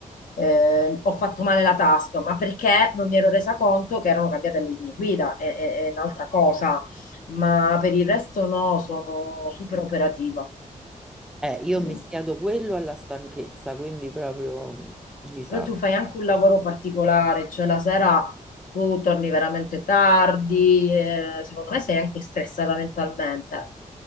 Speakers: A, on the left; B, in the centre.
A: eh, ho fatto male la tasca, ma perché non mi ero resa conto che erano cambiate le linee guida, è, è- è un'altra cosa, ma per il resto no, sono super operativa.
B: Eh, io
A: Mm.
B: ho mischiato quello alla stanchezza, quindi proprio mh, disastro.
A: Però tu fai anche un lavoro particolare, cioè la sera tu torni veramente tardi, eh, secondo me sei anche stressata mentalmente.